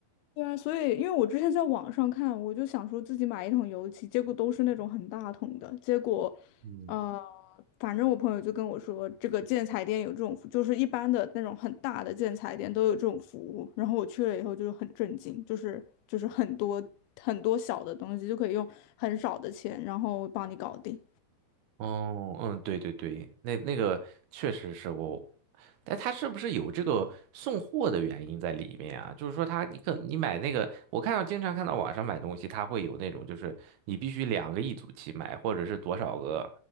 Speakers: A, on the left; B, on the right.
A: 对啊，所以因为我之前在网上看，我就想说自己买一桶油漆，结果都是那种很大桶的。结果，
B: 嗯，
A: 呃，反正我朋友就跟我说，这个建材店有这种服，就是一般的那种很大的建材店都有这种服务。然后我去了以后就是很震惊，就是就是很多很多小的东西就可以用很少的钱，然后帮你搞定。
B: 哦，嗯，对对对，那那个确实是我，但他是不是有这个送货的原因在里面啊？就是说他你可你买那个，我看到经常看到网上买东西，他会有那种就是你必须两个一组去买，或者是多少个，